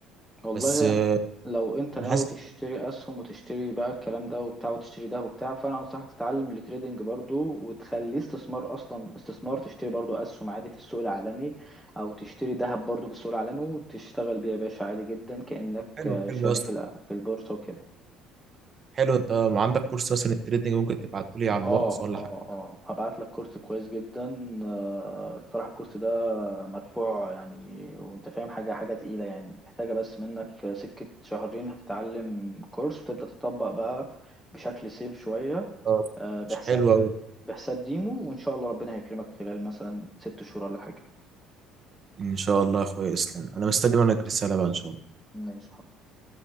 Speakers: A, in the centre; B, on the right (about 30°).
A: والله
B: بس آه،
A: لو انت ناوي
B: انا حاسس
A: تشتري اسهم وتشتري بقى الكلام ده وبتاع وتشتري ده وبتاع فانا انصحك تتعلم التريدنج برضو وتخليه استثمار اصلا استثمار تشتري برضو اسهم عادي في السوق العالمي او تشتري ذهب برضو في السوق العالمي وتشتغل بيه يا باشا عادي جدا كأنك
B: حلو حلو
A: شاري
B: يا اسطى
A: في الع- في البورصة وكده
B: حلو انت عندك كورس مثلا التريدنج ممكن تبعته لي على
A: اه
B: الواتس ولا
A: اه
B: حاجه
A: اه هبعت لك كورس كويس جدا آه، الصراحة الكورس ده مدفوع يعني وانت فاهم حاجة حاجة تقيلة يعني محتاجة بس منك سكة شهرين هتتعلم كورس وتبدأ تطبق بقى بشكل سيف شوية
B: آه،
A: آه، بحساب
B: مش حلو قوي
A: بحساب ديمو وان شاء الله ربنا هيكرمك خلال مثلا ست شهور ولا حاجة
B: ان شاء الله يا اخويا اسلام انا مستني منك رساله بقى ان شاء الله
A: ماشي